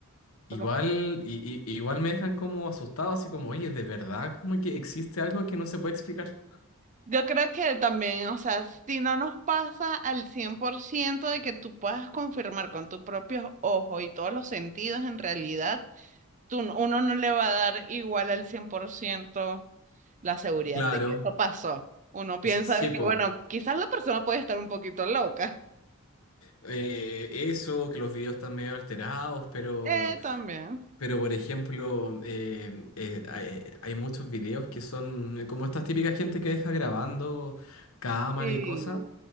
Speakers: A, on the right; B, on the left.
A: ¿tú
B: igual,
A: lo crees?
B: y, y- igual me dejan como asustado, así como, oye, ¿de verdad como que existe algo que no se puede explicar?
A: Yo creo que también, o sea, si no nos pasa al 100% de que tú puedas confirmar con tus propios ojos y todos los sentidos, en realidad, tú, no- uno no le va a dar igual al 100% la seguridad
B: Claro,
A: de que eso pasó. Uno piensa
B: es que sí,
A: de
B: po.
A: que, bueno, quizás la persona puede estar un poquito loca. <laughs>
B: Eh, eso, que los videos están medio alterados, pero...
A: Eh, también.
B: Pero, por ejemplo, eh, eh, hay, hay muchos videos que son eh, como estas típicas gente que deja grabando cámara
A: Sí,
B: y cosas,